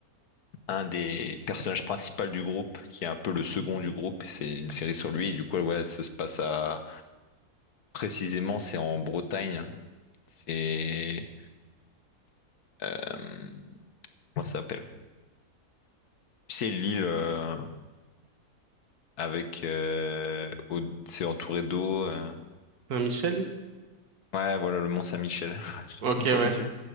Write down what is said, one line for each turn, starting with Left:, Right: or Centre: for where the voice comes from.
Left: un des personnages principaux du groupe, qui est un peu le second du groupe, c'est une série sur lui. Et du coup, ouais, ça se passe à. Précisément, c'est en Bretagne. C'est. euh, comment ça s'appelle? C'est l'île euh, avec. euh, au- C'est entouré d'eau. euh,
Right: Saint-Michel?
Left: Ouais, voilà le Mont Saint-Michel. <laughs> J'ai
Right: Ok,
Left: confondu
Right: ouais.
Left: le-